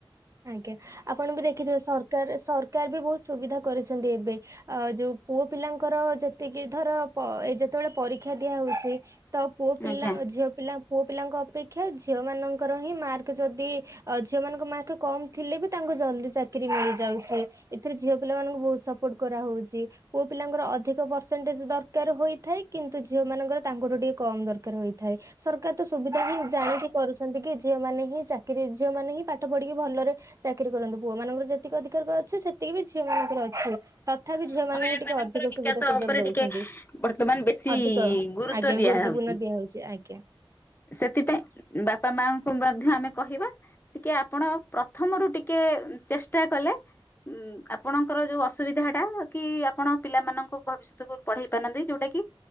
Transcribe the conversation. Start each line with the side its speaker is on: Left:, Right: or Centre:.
Right: ଆଜ୍ଞା ଆପଣ ବି ଦେଖିଥିବେ ସରକାର ସରକାର ବି ବହୁତ ସୁବିଧା କରିଛନ୍ତି ଏବେ ଆ ଯୋଉ ପୁଅ ପିଲାଙ୍କର ଯେତିକି ଧର ଏ ଯେତେବେଳେ ପରୀକ୍ଷା ଦିଆ ହଉଛି ତ ପୁଅ ପିଲା
Left: ଆଜ୍ଞା
Right: ଝିଅ ପିଲା ପୁଅ ପିଲାଙ୍କ ଅପେକ୍ଷା ଝିଅ ମାନଙ୍କର ହିଁ ମାର୍କ ଯଦି ଅ ଝିଅମାନଙ୍କ ମାର୍କ ପୁ କମ ଥିଲେ ବି ତାଙ୍କୁ ଜଲଦି ଚାକିରରି ମିଳିଯାଉଛି, ଏଥିରେ ଝିଅ ପିଲାମାନାନଙ୍କୁ ବହୁତ ସପୋର୍ଟ କରାହଉଛି, ପୁଅ ପିଲାଙ୍କର ଅଧିକ ପରସେଣ୍ଟେଜ ଦରକାର ହୋଇଥାଏ। କିନ୍ତୁ ଝିଅ ମାନଙ୍କର ତାଙ୍କଠୁ ଟିକେ କମ ଦରକାର ହୋଇଥାଏ, ସରକାର ତ ସୁବିଧା ହିଁ ଜାଣିକି କରୁଛନ୍ତି କି ଝିଅ ମାନେ ହିଁ ଚାକିର ଝିଅ ମାନେ ହିଁ ପାଠ ପଢ଼ି ଟିକେ ଭଲରେ ଚାକିରି କରନ୍ତୁ ପୁଅ ମାନଙ୍କର ଯେତିକି ଅଧିକାର ଅଛି ସେତିକି ବି ଝିଅ ମାନଙ୍କର ଅଛି। ତଥାପି
Left: ହଁ
Right: ଝିଅ ମାନଙ୍କୁ
Left: ମହିଳା
Right: ଟିକେ
Left: ମାନଙ୍କର
Right: ଅଧିକ
Left: ବିକାଶ
Right: ସୁବିଧା ସୁଯୋଗ
Left: ଉପରେ
Right: ଦଉଛନ୍ତି।
Left: ଟିକେ ବର୍ତ୍ତମାନ ବେଶୀ
Right: ଅଧିକ
Left: ଗୁରୁତ୍ୱ
Right: ଆଜ୍ଞା
Left: ଦିଆହଉଛି।
Right: ଗୁରୁତ୍ୱପୂର୍ଣ୍ଣ ଦିଆ ହଉଛି, ଆଜ୍ଞା।
Left: ସେଥିପାଇଁ ବାପା ମାଙ୍କୁ ମଧ୍ୟ ଆମେ କହିବା ଟିକେ ଆପଣ ପ୍ରଥମରୁ ଟିକେ ଚେଷ୍ଟା କଲେ ଉ ଆପଣଙ୍କର ଯୋଉ ଅସୁବିଧା ଟା କି ଆପଣ ପିଲାମାନଙ୍କୁ ଭବିଷ୍ୟତକୁ ପଢେଇ ନ ପାରନ୍ତି ଯୋଉଟା କି